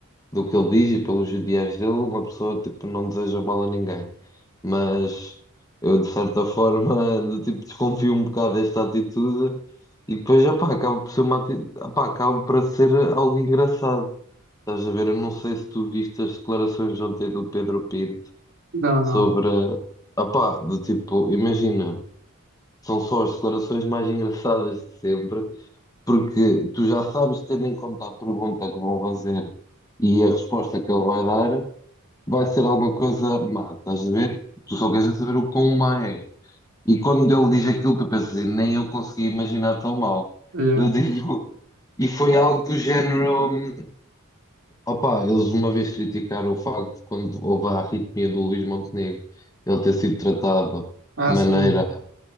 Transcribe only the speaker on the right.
Não, não.
Yeah.
Ah,
sim.